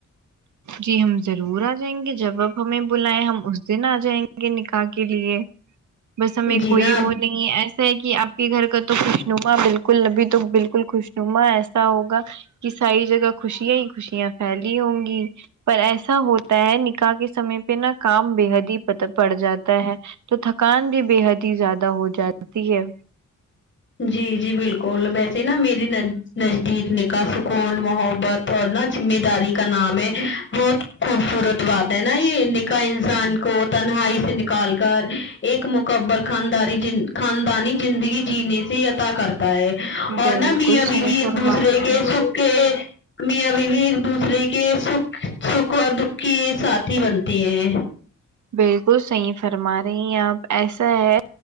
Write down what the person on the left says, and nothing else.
جی
نا
آپ
جی جی بالکل ویسے نا میری نز نزدیک نکاح سکون محبت اور نا ذمہ داری کا نام ہے بہت خوبصورت بات ہے نا یہ کا انسان کو تنہائی سے نکال کر ایک مکمل خاندانی جن خاندانی زندگی جینے اتا کرتا ہے اور
نہ میاں بیوی
ایک
دوسرے
کے
سکھ کے میاں بیوی ایک دوسرے کے سکھ سکھ اور دکھ کی ساتھی بنتی ہیں